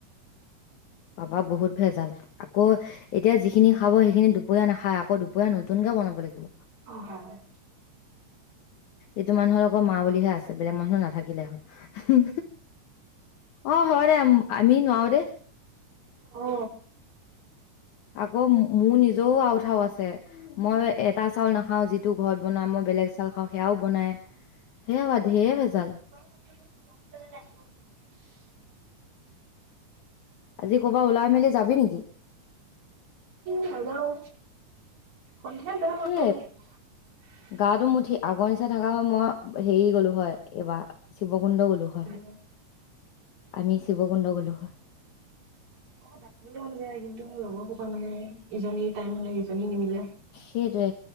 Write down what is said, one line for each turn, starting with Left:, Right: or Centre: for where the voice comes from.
Left: পাবা বহুত ভেজাল আকৌ এতিয়া যিখিনি খাব সেইখিনি দুপৰীয়া নাখায় আকৌ দুপৰীয়া নতুনক বনাব লাগিব
Right: অ হয়
Left: এইটো মানুহৰ লগৰ মা বুলিহে আছে বেলেগ মানুহ নাথাকিলে হ'ল অ হয় আমি নোৱাৰো দেই
Right: অ
Left: আকৌ মোৰ নিজৰও আউঠাও আছে মই এটা চাউল নাখাও যিটো ঘৰত বনাম মই বেলেগ চাল খাওঁ সেয়াও বনাই সেয়া ধেই ভেজাল
Right: <unintelligible> <inaudible>
Left: আজি কৰ'বাত ওলাই মেলি যাবি নেকি
Right: নাযাও সন্ধিয়াত যাম আৰু
Left: এ
Right: উ
Left: গাটো মুঠি আগৰ নিচা থকা হয় মই হেৰি গলো হয় এইবাৰ শিৱকুণ্ড গলো হয় <unintelligible>
Right: অ
Left: আমি শিৱকুণ্ড গ'লো হয়
Right: ক'ৰবাত মন যায় কিন্তু লগৰ হূপা মানে ইজনী টাইম হলে ইজনী নিমিলে
Left: সেইটোৱে